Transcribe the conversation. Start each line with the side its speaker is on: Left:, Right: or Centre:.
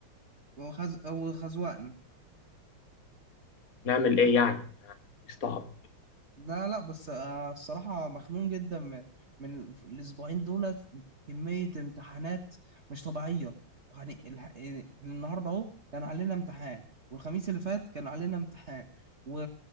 Right: وخز... وخزوقنا
Left: نعمل ايه يعني يستعبط
Right: لا لا بس آه، الصراحة مخنوق جدا من من ال- الأسبوعين دولت كمية امتحانات مش طبيعية يعني الح- يعني النهاردة أهو كان علينا امتحان والخميس اللي فات كان علينا امتحان و...